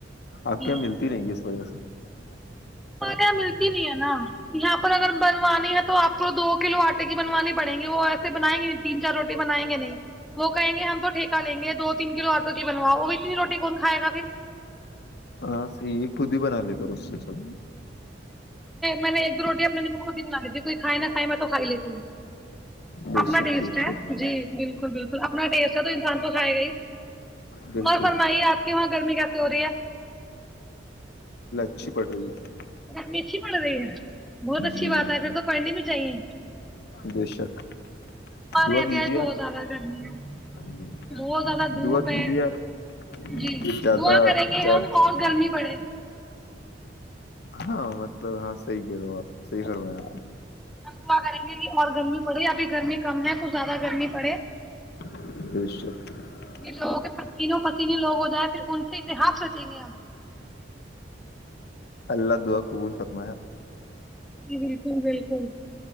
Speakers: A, on the left; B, in the centre.
A: آپ
B: جی
A: کے ملتی رہیں گی اس پس
B: ہم یہاں ملتی نہیں ہے نا یہاں پر اگر بنوانی ہے تو آپ کو دو کلو آٹے کی بنوانی پڑیں گے وہ ایسے بنیں گے نہیں تین چار روٹی بنائیں گے نہیں وہ کہیں گے ہم تو ٹھیک ا لیں گے دو تین کلو آٹو کی بنو وہ بھیتنی روٹی کون کھائے گا پھر
A: ہاں س یہ خود ہی بن آلی گ رو اس سے سب
B: میں نے ایک دو روٹی اپنے خود ہی بنا لی تھی کوئی کھائے نہا کھائے میں تو کھ لیتی ہوں
A: بے
B: اپنا
A: شک
B: ٹیسٹ
A: بے
B: ہے
A: شک
B: جی بالکل بالکل اپنا ٹیسٹ ہے تو انسان کو کھائے گ ہی
A: بالکل
B: اور فرمائیے آپ کے وہاں گرمی کیس ہو رہی ہے
A: اچھ پڑ رہی ہے
B: رمی اتھی پڑ رہی ہیں بہت اچھی
A: جی
B: بات
A: بالکل
B: ہے پھر تو پڑھنی بھی چاہیے
A: بے شک
B: آ
A: دعا
B: رہے ابھی
A: کیجیے
B: آج بہت زیادہ گرمی ہے
A: آپ
B: بہت زیادہ دھوپ
A: دعا کیجیے
B: ہے
A: آپ
B: جی
A: کہ زیادہ
B: دعا کریں گے
A: زیادہ
B: ہم اور گرمی پڑے
A: ہاں مطلب ہاں صحیح کہہ رہو آپ صحیح کروائیں
B: ہم دعا کریں گے کہ اور گرمی پڑے ابھی گرمی کم ہے کچھ زیادہ گرمی پڑے
A: ا
B: یہ لوگوں کے پسینوں پسینے لوگ ہو جائ پھر ان سے اتہاس رچیں گے ہم
A: اللہ دعا خب فرمایا
B: جی بالکل بالکل